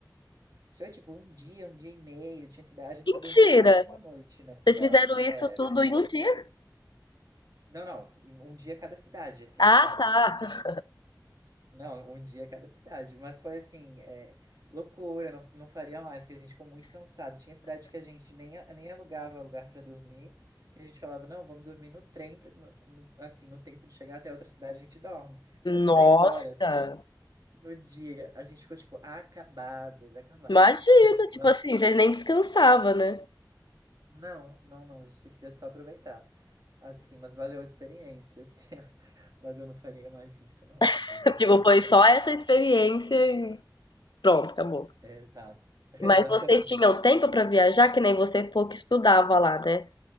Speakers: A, on the right; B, on the left.
A: Foi tipo um dia, um dia e meio. Tinha cidade, a gente
B: Mentira!
A: só dormia no máximo uma noite na cidade.
B: Vocês fizeram isso
A: É, é
B: tudo
A: verdade.
B: em um dia?
A: Não, não, um dia cada cidade, assim,
B: Ah,
A: sabe?
B: tá.
A: Tipo assim, Não, um dia cada cidade. Mas foi assim, é, loucura, não, não faria mais, que a gente ficou muito cansado. Tinha cidade que a gente nem, a- nem alugava lugar para dormir, que a gente falava, não, vamos dormir no trem, pra- no- no- assim, no tempo de chegar até outra cidade a gente dorme. Mas é Três
B: Nossa!
A: horas no dia, a gente ficou, tipo, acabados, acabados.
B: Imagina,
A: <laughs> Mas
B: tipo
A: valeu.
B: assim, vocês nem descansavam, né?
A: Não, não, não, a gente só queria só aproveitar. Assim, mas valeu a experiência, assim. <laughs> Mas eu não faria mais isso, não.
B: <laughs>
A: Gente,
B: Tipo,
A: é muito
B: foi
A: cansativo.
B: só essa experiência e pronto, acabou.
A: Exato, <laughs>
B: Mas vocês
A: exatamente.
B: tinham tempo pra viajar, que nem você falou que estudava lá, né?